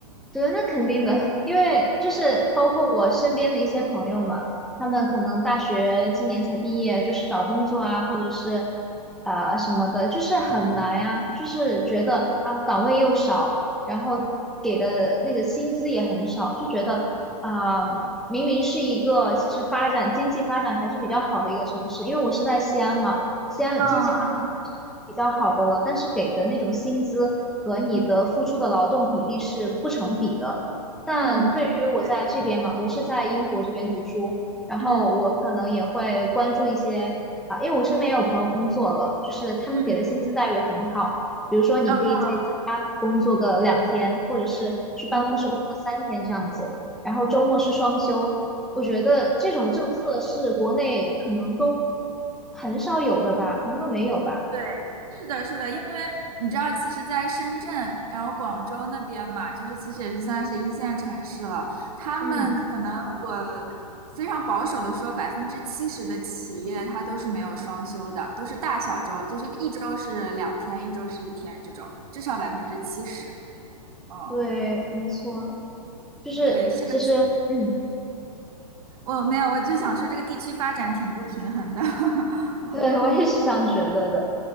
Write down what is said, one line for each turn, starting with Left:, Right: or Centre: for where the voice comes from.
Centre: 对，那肯定的，因为就是包括我身边的一些朋友们，他们可能大学今年才毕业，
Right: 嗯，
Centre: 就是找工作啊，或者是啊、呃什么的，就是很难呀、就是觉得啊岗位又少，然后给的那个薪资也很少，就觉得啊、明明是一个其实发展经济发展还是比较好的一个城市，因为我是在西安嘛。西安经济发展算是比较好的了，
Right: 嗯嗯
Centre: 但是给的那种薪资和你的付出的劳动比例是不成比的。但对于我在这边嘛，
Right: 嗯嗯，对对对，
Centre: 我是在英国这边读书，然后我可能也会关注一些啊，
Right: 嗯
Centre: 因为我身边也有朋友工作了，就是他们给的薪资待遇很好，
Right: 嗯，
Centre: 比如说你可以在家工作个两天，
Right: 嗯嗯，
Centre: 或者是去办公室工作三天这样子，
Right: 嗯。
Centre: 然后周末是双休，我觉得这种政策是国内可能都很少有的吧，可能都没有吧。
Right: 对，是的，是的，因为你知道，其实，在深圳，然后广州那边嘛，就是其实也是算是一线城市了。他们可能我非常保守的说，
Centre: 嗯，
Right: 百分之七十的企业它都是没有双休的，都是大小周，就是一周是两天，一周是一天这种，至少百分之七十。嗯，
Centre: 对，没错，就是其实，
Right: 对，这个
Centre: 嗯，
Right: 我没有，我就想说这个地区发展挺不平衡的。<laughs> 嗯
Centre: 对，我也是这样觉得的。